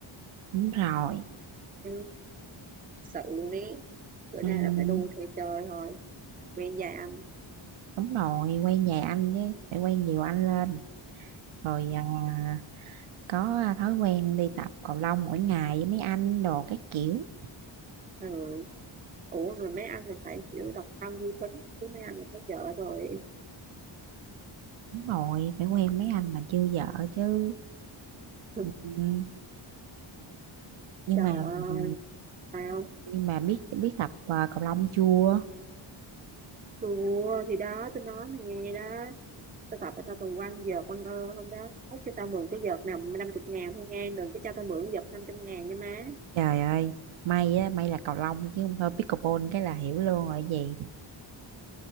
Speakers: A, on the right; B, on the right.
A: đúng rồi
B: Ừ, sự luôn ý, bữa
A: ừ,
B: nay là phải đu theo trời thôi, quen già anh.
A: đúng rồi quay nhà anh chứ phải quay nhiều anh lên rồi à, có à, thói quen đi tập cầu lông mỗi ngày với mấy anh đồ các kiểu
B: Ừ. Ủa mà mấy anh là phải kiểu độc thân vui tính, chứ mấy anh là có vợ rồi.
A: đúng rồi phải quen mấy anh mà chưa vợ chứ
B: <laughs>
A: ừ, nhưng
B: Trời
A: mà
B: ơi,
A: ừ,
B: tao
A: nhưng mà biết biết tập à, cầu lông chưa
B: thua thì đó, tôi nói mày nghe đó tôi tập cho tao quăng vợt quăng ơ hôm đó ốc cho tao mượn cái vợt nào năm chục ngàn thôi nha đừng có cho tao mượn vợt năm trăm ngàn nha má
A: trời ơi may á may là cầu lông chứ không thôi pickleball cái là hiểu luôn rồi gì